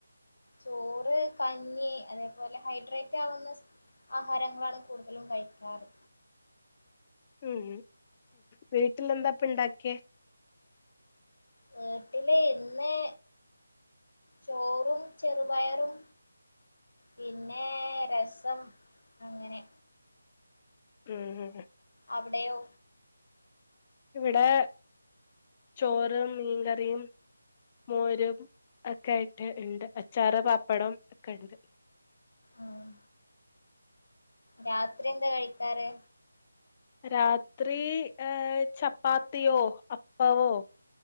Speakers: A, on the left (about 75°); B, on the left (about 25°).
A: ചോറ് കഞ്ഞി അതേപോലെ ഹൈഡ്രേറ്റ് ആവുന്ന ആഹാരങ്ങളാണ് കൂടുതലും കഴിക്കാറ്
B: ഉം വീട്ടിലെന്താപ്പെ ഇണ്ടാക്കിയേ
A: വീട്ടില് ഇന്ന് ചോറും ചെറുപയറും പിന്നെ രസം അങ്ങനെ
B: ഉം
A: അവടെയോ
B: ഇവടെ ചോറ് മീൻകറിയും മോരും ഒക്കെയായിട്ട് ഇണ്ട് അച്ചാറ്, പപ്പടം ഒക്കെ ഇണ്ട്
A: ആഹ് രാത്രി എന്താ കഴിക്കാറ്
B: രാത്രി ഏഹ് ചപ്പാത്തിയോ അപ്പവോ